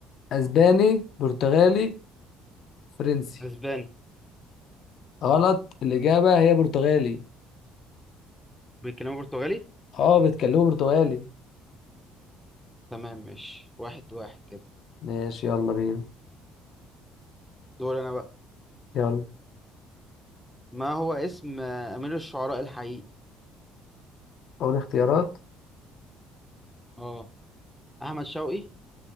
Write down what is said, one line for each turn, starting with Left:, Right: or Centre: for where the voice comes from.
Left: اسباني برتغالي فرنسي
Centre: اسباني
Left: غلط الإجابة هي برتغالي
Centre: بيتكلموا برتغالي
Left: اه بيتكلموا برتغالي
Centre: تمام ماشي واحد واحد كده
Left: ماشي يلا بينا
Centre: دور انا بقى
Left: يلا
Centre: ما هو اسم آه، امير الشعراء الحقيقي
Left: اول اختيارات
Centre: اه احمد شوقي